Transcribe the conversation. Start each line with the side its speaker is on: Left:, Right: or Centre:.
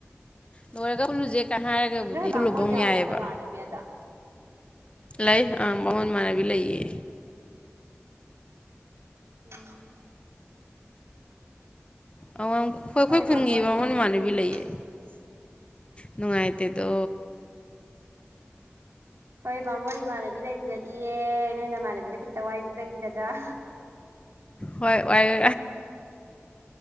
Left: ꯂꯣꯏꯔꯒ ꯄꯨꯜꯂꯨꯁꯦ ꯀ ꯍꯥꯏꯔꯒꯕꯨꯗꯤ
Right: ꯅꯣꯏ ꯕꯥꯃꯣꯟ
Left: ꯄꯨꯜꯂꯨꯕ
Right: ꯌꯥꯎꯕ꯭ꯔꯣ
Left: ꯌꯥꯏꯑꯦꯕ꯫
Right: <unintelligible>
Left: ꯂꯩ ꯑꯥ ꯃꯉꯣꯟꯗ ꯃꯥꯟꯅꯕꯤ ꯂꯩꯌꯦ
Right: ꯎꯝ
Left: ꯑꯩꯈꯣꯏ ꯑꯩꯈꯣꯏ
Right: ꯈꯣꯏ
Left: ꯈꯨꯟꯒꯤꯕ
Right: ꯕꯥꯃꯣꯟ
Left: ꯕꯃꯣꯟ ꯏꯃꯥꯟꯅꯕꯤ
Right: ꯂꯩꯇꯦ
Left: ꯂꯩꯌꯦ꯫ ꯅꯨꯡꯉꯥꯏꯇꯦꯗꯣ
Right: ꯈꯣꯏ ꯕꯥꯃꯣꯟ ꯏꯃꯥꯟꯅꯕꯤ ꯂꯩꯖꯗꯤꯌꯦ ꯅꯣꯏ ꯏꯃꯥꯟꯅꯕꯤꯗꯣ ꯈꯤꯇ ꯋꯥꯏꯖꯒꯦꯗꯅ
Left: ꯍꯣꯏ ꯋꯥꯏꯌꯣ